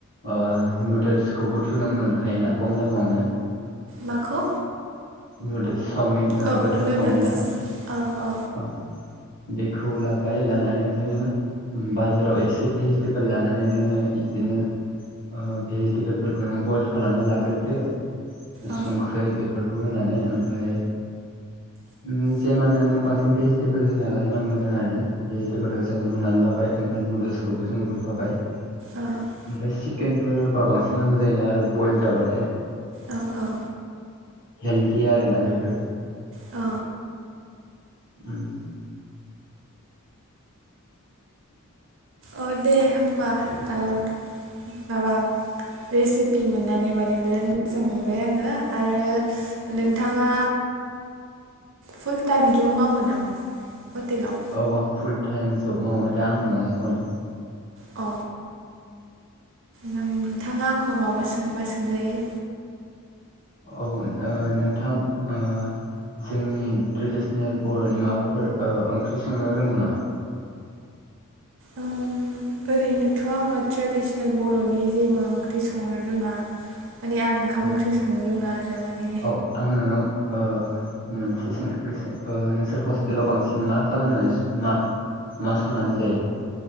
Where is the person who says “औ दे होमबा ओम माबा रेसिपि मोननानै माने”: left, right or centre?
Right